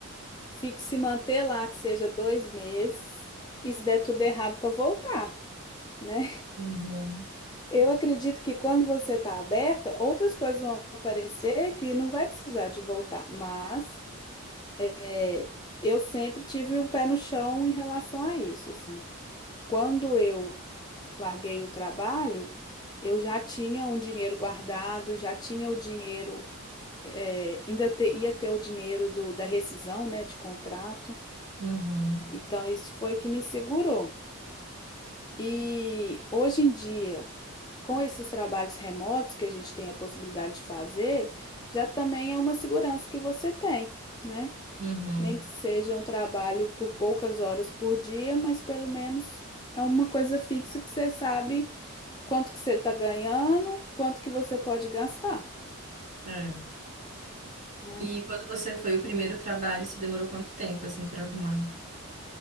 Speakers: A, on the left; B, on the right.
A: fique se manter lá que seja dois meses e se der tudo errado para voltar, né?
B: Uhum,
A: Eu acredito que quando você está aberta, outras coisas vão aparecer que não vai precisar de voltar. Mas é, eu sempre tive um pé no chão em relação a isso, assim. Quando eu larguei o trabalho, eu já tinha um dinheiro guardado, já tinha o dinheiro, é, ainda te- ia ter o dinheiro do- da rescisão, né, de contrato.
B: uhum,
A: Então isso foi que me segurou. E hoje em dia com esses trabalhos remotos que a gente tem a possibilidade de fazer, já também é uma segurança que você tem, né?
B: uhum.
A: Nem que seja um trabalho por poucas horas por dia, mas pelo menos é uma coisa fixa que você sabe quanto que você está ganhando, quanto que você pode gastar,
B: É.
A: né?
B: E quando você foi o primeiro trabalho, você demorou quanto tempo, assim, para arrumar?